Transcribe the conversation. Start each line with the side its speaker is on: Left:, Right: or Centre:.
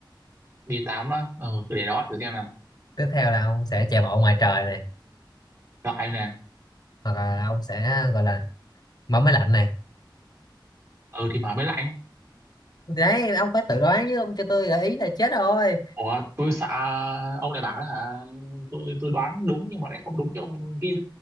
Right: đi tám á ừ để đó thử xem nào
Left: tiếp theo là ông sẽ chạy bộ ngoài trời này
Right: loại nè
Left: hoặc là ông sẽ gọi là mở máy lạnh này
Right: ừ thì mở mới lạnh
Left: đấy ông phải tự đoán chứ ông cho tôi gợi ý là chết rồi
Right: ủa tôi sợ ông này bảo là hả tôi tôi đoán đúng nhưng mà lại không đúng cái ông cái